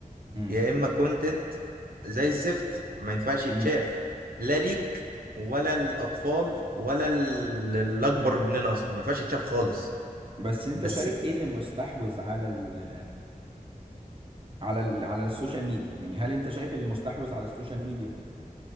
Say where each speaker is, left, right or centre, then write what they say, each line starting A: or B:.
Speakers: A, on the right; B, on the right.
A: امم
B: يا اما كونتنت زي الزفت ما ينفعش يتشاف
A: امم
B: لا ليك ولا الاطفال ولا ال- الاكبر مننا اصلا ما ينفعش يتشاف خالص
A: بس انت
B: بس
A: شايف ايه اللي مستحوذ على ال على ال على السوشيال ميديا يعني هل انت شايف اللي مستحوذ على السوشيال ميديا